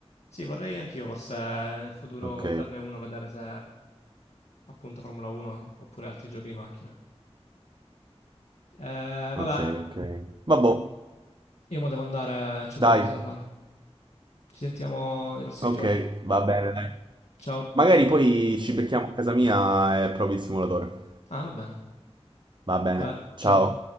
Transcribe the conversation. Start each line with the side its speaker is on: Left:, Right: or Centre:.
Left: Sì, vorrei anch'io forse nel futuro
Right: ok,
Left: comprarne uno, vedere se appunto Formula 1 oppure altri giochi di macchina. Eh, vabbè,
Right: ok, ok. ok. Vabbò,
Left: io mo devo andare, ho delle
Right: dai.
Left: cose da fare. Ci sentiamo nei prossimi
Right: Ok,
Left: giorni.
Right: va bene, dai.
Left: Ciao.
Right: Magari poi ci becchiamo a casa mia e provi il simulatore.
Left: Ah, va bene.
Right: Va bene,
Left: Vabbè, ciao.
Right: ciao.